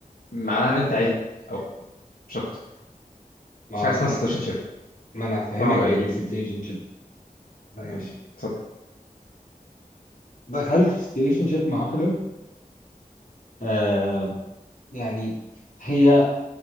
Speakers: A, on the left (about 80°); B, on the left (about 60°).
A: معناها إن أنت عيل أو مش أكتر
B: ما
A: مش حاجة اسمها
B: انا
A: سيتويشن شيب
B: ما انا فاهمك
A: اسمها له إيه؟
B: هي ليه سيتويشن شيب فاهمك
A: ماشي اتفضل
B: دخلت سيتويشن شيب مع واحدة آه يعني هي